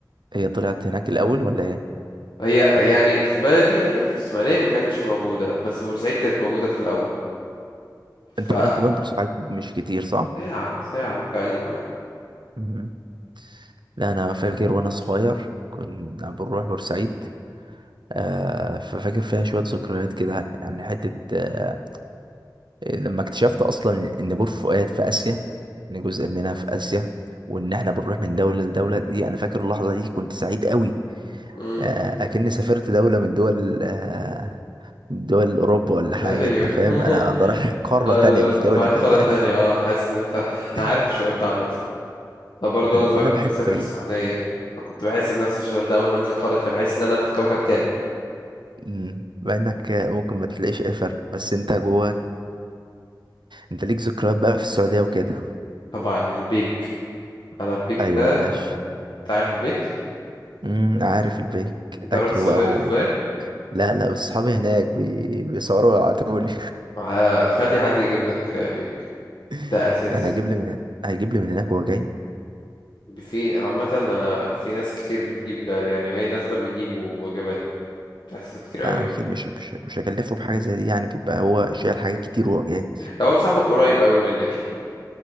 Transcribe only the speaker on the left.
هي يعني في بلدي هنا في اسماعيلية ما كانتش موجودة بس في بورسعيد كانت موجودة في الأول ف
ساعة ساعة ممكن أقل كمان
مم.
أيوه
<laughs>
اه
لو
أنت
رايح
قارة تانية اه حاسس إن أنت
أنا عارف الشعور ده عامة أنا برضه وأنا صغير
كنت
بسافر السعودية فكنت بحس بنفس الشعور ده أول ما أنزل قارة تانية بحس إن أنا في كوكب تاني
طبعا البيك أنا البيك
ده
أنت عارف البيك؟
أنت
رحت السعودية
وأنت
صغير؟
آه، خلي حد يجيب لك آه، بيك
ده أساسي
في عامة أنا في ناس كتير بتجيب لا- يعني وهي نازلة بيجيبوا وجبات تحصل كتير
أوي يعني
لو هو صاحبك قريب أوي منك يعني